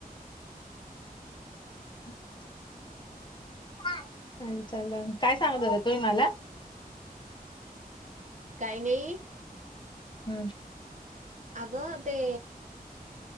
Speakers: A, on the left; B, on the right.
A: हम् <unintelligible> काय विचारल काय सांगत होते तुम्ही मला?
B: काही नाही.
A: हम्म.
B: अग ते